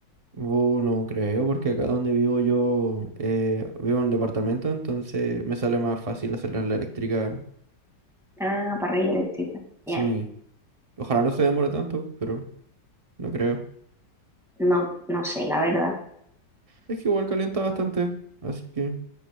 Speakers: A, on the right; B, in the centre.
A: Uh, no creo, porque acá donde vivo yo eh, vivo en un departamento, entonces me sale más fácil hacerlas en la eléctrica.
B: Ah, parrilla eléctrica.
A: Sí,
B: Ya.
A: ojalá no se demore tanto, pero no creo.
B: No, no sé, la verdad.
A: Es que igual calienta bastante, así que...